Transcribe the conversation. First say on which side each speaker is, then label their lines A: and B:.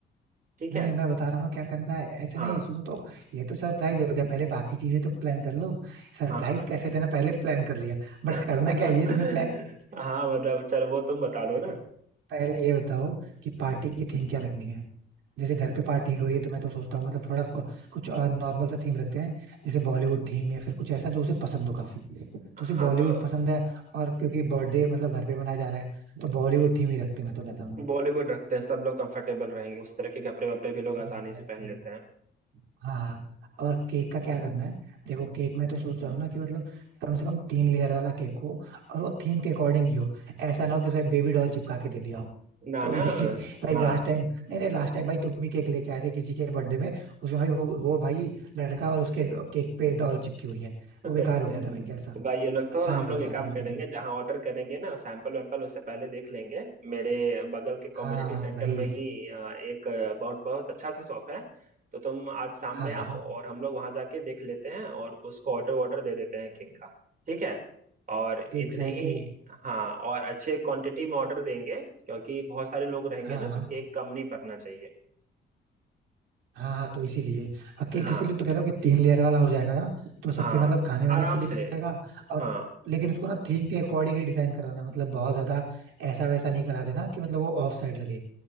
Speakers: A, on the right (about 45°); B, on the right (about 85°).
A: ठीक
B: नहीं
A: है
B: नहीं मैं बता रहा हूँ ना क्या करना है ऐसे
A: हाँ
B: नहीं सुनो तो ये तो सरप्राइज हो गया पहले बाकी चीजें तो प्लान कर लो सरप्राइज
A: हाँ हाँ
B: कैसे देना पहले प्लान कर लिया बट
A: <laughs>
B: करना क्या है, ये तुमने प्लान ही नहीं किया
A: हाँ मतलब चल वो तुम बता दो
B: देखो
A: ना
B: पहले ये बताओ कि पार्टी की थीम क्या रखनी है जैसे घर पे पार्टी हो रही है तो मैं तो सोचता हूँ मतलब थोड़ा कु- कुछ नॉर्मल सा थीम रखते हैं जैसे बॉलीवुड थीम या फिर कुछ ऐसा जो उसे पसंद हो काफी तो उसे
A: हाँ
B: बॉलीवुड
A: तो
B: पसंद है और क्योंकि बर्थडे मतलब घर पे मनाया जा रहा है तो बॉलीवुड थीम ही रखते हैं मैं तो कहता हूँ
A: बॉलीवुड रखते हैं सब लोग कंफर्टेबल रहेंगे उस तरह के कपड़े वपड़े भी लोग आसानी
B: एग्जैक्टली
A: से पहन लेते हैं
B: हाँ हाँ और केक का क्या करना है देखो केक में तो सोच रहा हूँ ना कि मतलब कम से कम तीन लेयर वाला केक हो और वो थीम के अकॉर्डिंग ही हो ऐसा ना हो कि उसमें बेबी डॉल चिपका के दे दिया हो
A: ना
B: तो
A: ना
B: ये <laughs> भाई
A: हाँ
B: लास्ट टाइम नहीं नहीं लास्ट टाइम भाई तुम ही केक लेके आए थे किसी के बर्थडे में उसमें भाई वो वो भाई लड़का और उसके केक पे डॉल चिपकी हुई है
A: <laughs>
B: वो बेकार हो गया था भाई कैसा
A: भाई ये लोग
B: अच्छा
A: तो हम
B: नहीं लग
A: लोग एक
B: रहा
A: काम
B: था बिल्कुल
A: करेंगे
B: भी
A: जहाँ ऑर्डर करेंगे ना सैंपल वैम्पल उससे पहले देख लेंगे मेरे बगल के कम्युनिटी
B: हाँ
A: सेंटर
B: भाई
A: में ही अ, एक अ, बहुत बहुत अच्छा सा शॉप है तो तुम आज शाम
B: हाँ
A: में
B: हाँ
A: आओ और हम लोग वहाँ जाके देख लेते हैं और उसको ऑर्डर वॉर्डर दे देते हैं केक का ठीक है और इतने
B: एग्जैक्टली
A: ही हाँ और अच्छे क्वांटिटी में ऑर्डर देंगे क्योंकि बहुत सारे लोग रहेंगे
B: हाँ
A: ना तो केक कम नहीं पकना चाहिए
B: हाँ हाँ तो इसीलिए अब केक
A: हाँ
B: इसीलिए तो कह रहा हूँ कि तीन लेयर वाला हो जाएगा ना तो सबके
A: हाँ
B: मतलब खाने वाने
A: आराम
B: के लिए भी
A: से
B: हो जाएगा और
A: हाँ
B: लेकिन उसको ना थीम के अकॉर्डिंग ही डिजाइन करवाना मतलब बहुत ज्यादा ऐसा वैसा नहीं करा देना कि मतलब वो ऑफ साइड लगे